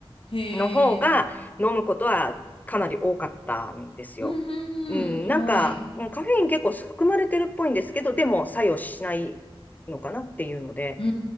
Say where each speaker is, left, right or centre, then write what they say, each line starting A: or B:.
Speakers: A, on the left (about 70°); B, on the left (about 15°).
A: へえ。
B: の方が飲むことはかなり多かったんですよ。
A: うん、うん、
B: うん、
A: うん。はい。
B: なんか、うんカフェイン結構含まれてるっぽいんですけど、でも作用しないのかなっていうので、
A: うー